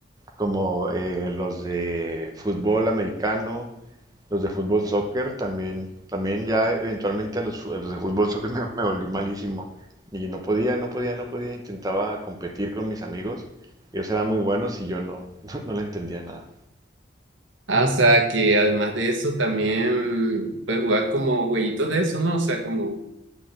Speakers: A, on the right; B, on the right.
A: como eh, los de fútbol americano, los de fútbol soccer también, también ya eventualmente a los, fu- a los de fútbol soccer <laughs> me, me volví malísimo. Y no podía, no podía, no podía. Intentaba competir con mis amigos. Ellos eran muy buenos y yo no, <laughs> no, no le entendía nada.
B: Ah, o sea, que además de eso también, pues jugabas como jueguitos de eso, ¿no? O sea, como